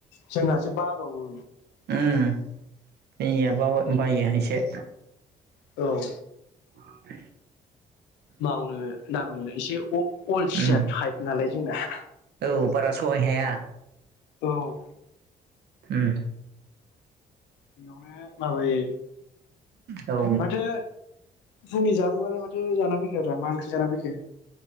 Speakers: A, on the left; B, on the right.
A: जोंहासो बाबावो
B: उम जोंनियाबा बायो एसे
A: औ
B: औ
A: मावनो दांनो एसे अलसिया
B: उम
A: टाइप नालाय जोंना
B: औ बारा सहाय हाया
A: औ
B: ओम
A: बेयावनो माबायो
B: औ
A: माथो फुंनि जामुङालाय माथो जानानै फैखो आरो मा ओंख्रि जाना फैखो